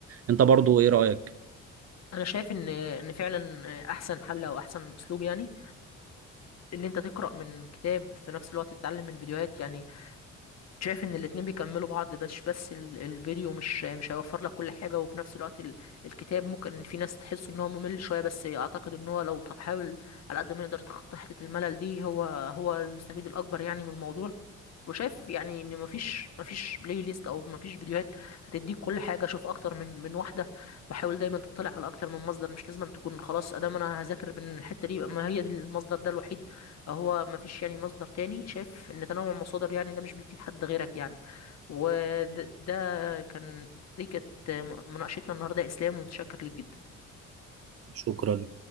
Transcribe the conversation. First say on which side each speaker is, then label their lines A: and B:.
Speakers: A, on the right; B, on the left.
A: انت برضو ايه رأيك
B: انا شايف ان ان فعلا احسن حل او احسن اسلوب يعني ان انت تقرا من كتاب في نفس الوقت تتعلم من فيديوهات يعني شايف ان الاتنين بيكملوا بعض بس بس ال- الفيديو مش مش هيوفر لك كل حاجه وفي نفس الوقت ال- الكتاب ممكن في ناس تحس ان هو ممل شويه بس اعتقد ان هو لو تحاول على قد ما يقدر تخطي حته الملل دي هو هو المستفيد الاكبر يعني من الموضوع وشايف يعني ان مفيش مفيش بلاي ليست او مفيش فيديوهات هتديك كل حاجه شوف اكتر من من واحده وحاول دايما تطلع على اكتر من مصدر مش لازم تكون خلاص ادام انا هذاكر من الحته دي يبقى ما هي دي المصدر ده الوحيد هو مفيش يعني مصدر تاني شايف ان تنوع المصادر يعني ده مش بيفيد حد غيرك يعني وده ده كان دي كانت مناقشتنا النهارده اسلام ومتشكر ليك جدا
A: شكرا